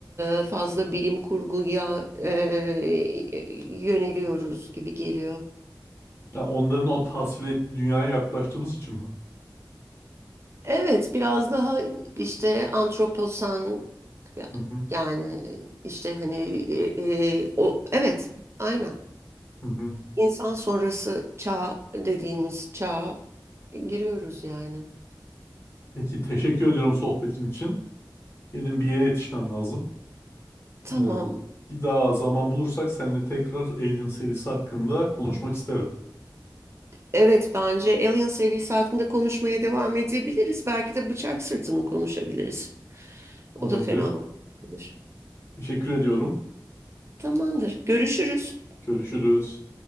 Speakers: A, on the right; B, on the left.
A: e, fazla bilim kurguya e, yöneliyoruz gibi geliyor
B: Ya onların o tasvir ettiği dünyaya yaklaştığımız için mi?
A: Evet, biraz daha işte antroposan ya-
B: Hı hı
A: yani işte hani e, e, o evet aynen
B: hı hı.
A: insan sonrası çağ dediğimiz çağa giriyoruz yani.
B: Peki teşekkür ediyorum sohbetin için. Benim bir yere yetişmem lazım.
A: Tamam.
B: Ee, bir daha zaman bulursak seninle tekrar Alien serisi hakkında konuşmak isterim.
A: Evet bence Alien serisi hakkında konuşmaya devam edebiliriz. Belki de Bıçak Sırtı'nı konuşabiliriz.
B: Olabilir.
A: O da fena olabilir.
B: Teşekkür ediyorum.
A: Tamamdır. Görüşürüz.
B: Görüşürüz.